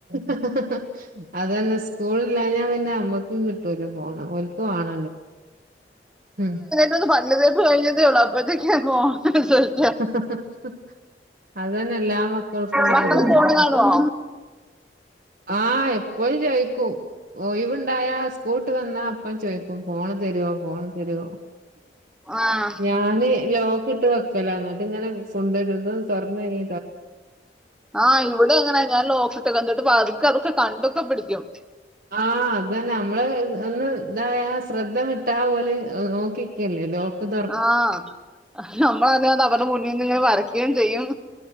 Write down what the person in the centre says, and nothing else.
തന് പല്ല് തേപ്പ് കഴിഞ്ഞതേ ഉളളൂ. അപ്പത്തേക്ക് ഫോണ് <unintelligible>
മക്കള്
ഫോണ് കാണുവോ
ആഹ്
ആഹ് ഇവിടെ അങ്ങനാ ഞാൻ ലോക്ക്ട്ട്ക്കും. ന്നട്ട് പതുക്കെ അതൊക്കെ കണ്ടൊക്കെ പിടിക്കും.
ആഹ് നമ്മളറിയാത അവരടേ മുന്നിന്ന്ങ്ങനെ വരയ്ക്കുകേം ചെയ്യും.